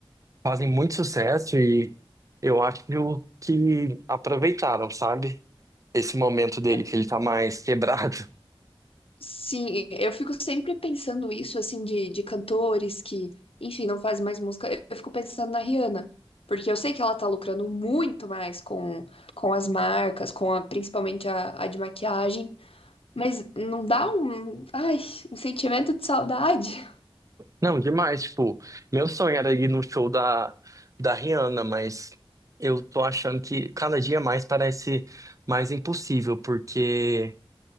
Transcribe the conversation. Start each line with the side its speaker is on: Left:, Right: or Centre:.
Right: fazem muito sucesso e eu acho que aproveitaram, sabe? Esse momento dele,
Left: Eu-
Right: que ele tá mais <laughs> quebrado.
Left: sim, eu fico sempre pensando isso, assim, de, de cantores que, enfim, não fazem mais música. Eu, eu fico pensando na Rihanna, porque eu sei que ela tá lucrando muito mais com, com as marcas, com a- principalmente a, a de maquiagem, mas não dá um, ai, um sentimento de saudade?
Right: Não, demais, tipo, meu sonho era ir no show da, da Rihanna, mas eu tô achando que cada dia mais parece mais impossível, porque